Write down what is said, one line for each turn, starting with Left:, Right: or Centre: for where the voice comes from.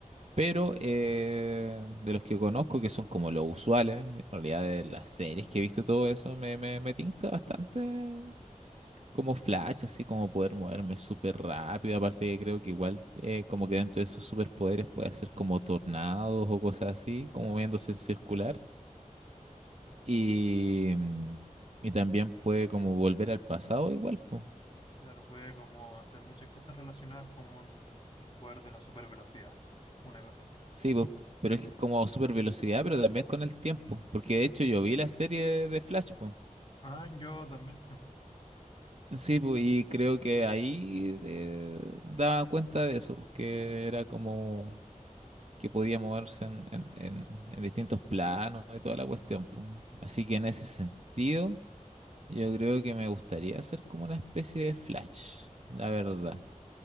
Right: pero eh, de los que conozco, que son como los usuales, en realidad de las series que he visto, todo eso me, me, me tinca bastante como Flash, así como poder moverme súper rápido. Aparte, que creo que igual, eh, como que dentro de esos superpoderes puede hacer como tornados o cosas así, como moviéndose en circular. Y, mm, y también puede como volver al pasado, igual, pues.
Left: Claro, puede como hacer muchas cosas relacionadas con un- el poder de la supervelocidad. Una cosa así.
Right: Sí, pues, pero es que es como super velocidad, pero también con el tiempo. Porque de hecho yo vi la serie de Flash, pues.
Left: Ah, yo también. <laughs>
Right: Sí, pues, y creo que ahí eh, daba cuenta de eso, pues, que era como que podía moverse en, en- en- en distintos planos y toda la cuestión, pues. Así que en ese sentido, yo creo que me gustaría ser como una especie de Flash, la verdad.